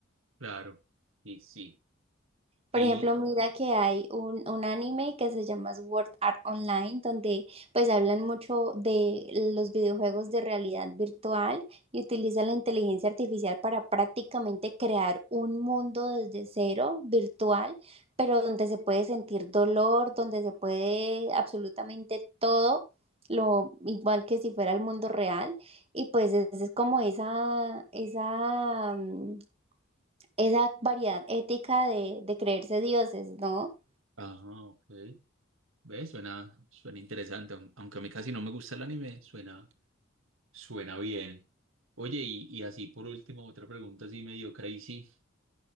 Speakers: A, on the right (about 80°); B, on the right (about 30°).
A: claro. Y sí.
B: Por
A: Y,
B: ejemplo, mira que hay un, un anime que se llama Sword Art Online, donde pues hablan mucho de los videojuegos de realidad virtual y utilizan la inteligencia artificial para prácticamente crear un mundo desde cero virtual, pero donde se puede sentir dolor, donde se puede absolutamente todo, lo igual que si fuera el mundo real. Y pues es, es como esa, esa, mm, esa variedad ética de, de creerse dioses, ¿no?
A: ajá, ok. ¿Ves? Suena, suena interesante. aun- Aunque a mí casi no me gusta el anime, suena, suena bien. Oye, y, y así por último, otra pregunta así medio crazy.